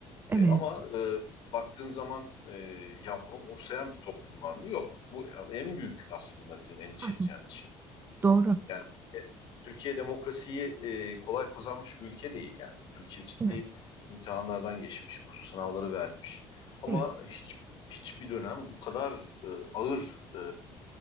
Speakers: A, on the right (about 20°); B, on the left (about 55°).
A: evet.
B: E, ama e, baktığın zaman e, ya bunu umursayan bir toplum var mı? Yok. Bu en büyük aslında bizim endişe
A: Hı hı,
B: edeceğimiz şey.
A: Doğru.
B: Yani Türkiye Türkiye demokrasiyi e, kolay kazanmış bir ülke değil yani. Türkiye ciddi
A: Evet,
B: imtihanlardan geçmiş, bu sınavları vermiş. Ama
A: evet.
B: hiç hiçbir dönem bu kadar e, ağır e,